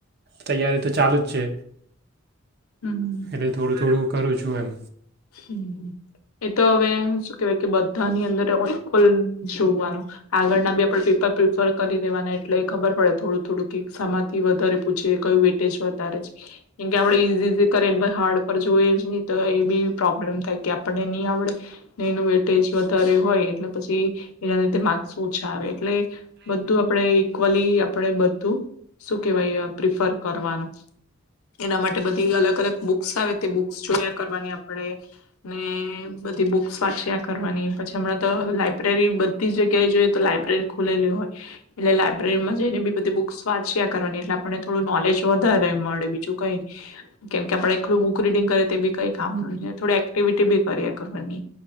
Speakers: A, on the right (about 50°); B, on the left (about 85°).
A: તૈયારી તો ચાલુ જ છે.
B: હમ
A: એટલે થોડું-થોડું કરું છું એમ.
B: હમ્મ એ તો હવે શું કેહેવાય કે બધાની અંદર એકલ જોવાનું આગળના બે આપણે પેપર પ્રેફર કરી દેવાના એટલે ખબર પડે થોડું-થોડું કે સમાંથી વધારે પૂછે કયું વેટેજ વધારે છે. કેમ કે આપડે ઈઝી કરે ને હાર્ડ પર જોઈએ. જ નહી તો એ બી પ્રોબ્લેમ થાય કે આપણને નહી આવડે ને એનું વે ટેજ વધારે હોય એટલે પછી એના લીધે માર્ક્સ ઓછા આવે એટલે બધું આપડે ઇક્વલી આપણેે બધું શું કેવાય પ્રિફર કરવાનું એના માટે બધી અલગ અલગ બુક્સ આવે તે બુક્સ જોયા કરવાની આપણે ને બધી બુક સ્વાચ્યા કરવાની પછી હમણાં તો લાયબ્રેરી બધી જગ્યાએ જોઈએ તો લાઈબ્રેરી ખુલેલી હોય એટલે લાયબ્રેરીમાં જઈને બી બધી બુક વાવાચ્યા કરવાની એટલે આપને થોડું નોલેજ વધારે મળે બીજું કઈ કેમ કે આપડે એલું બુક રીડિંગ કરે તે બી કઈ કામ ન નહી થોડી એક્ટિવિટી બી કરીએ કરવાની